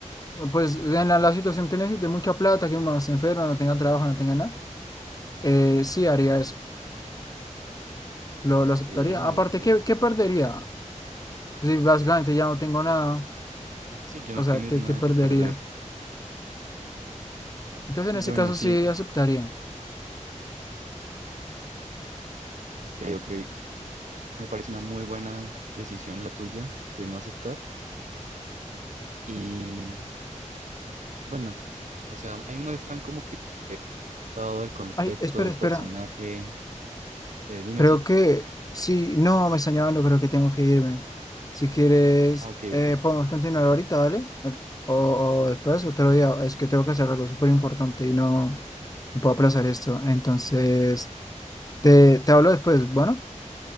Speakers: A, on the left; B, on the right.
A: Pues en la, la situación que necesite mucha plata, que mi se enferma, no tenga trabajo, no tenga nada, eh, sí haría eso, lo, lo aceptaría.
B: Ok,
A: Aparte,
B: ok.
A: ¿qué, qué perdería? Si básicamente ya no tengo nada,
B: Sí, que no
A: o sea,
B: tienes
A: ¿qué,
B: nada
A: qué perdería?
B: que perder.
A: Entonces
B: Bueno,
A: en ese caso
B: sí.
A: sí
B: en-
A: aceptaría.
B: Ok, ok. Me parece una muy buena decisión la tuya de no aceptar. Y mm, bueno, o sea, ahí muestran como que todo el contexto
A: Ay, espera,
B: del
A: espera.
B: personaje. Eh, dime,
A: Creo
B: sí.
A: que sí, no, me están llamando, creo que tengo que irme. Si quieres,
B: Ah, ok,
A: eh,
B: ok.
A: podemos continuar ahorita, dale. eh, O, o después, otro día. Es que tengo que hacer algo súper importante y no, no puedo aplazar esto. Entonces, te, te hablo después. Bueno,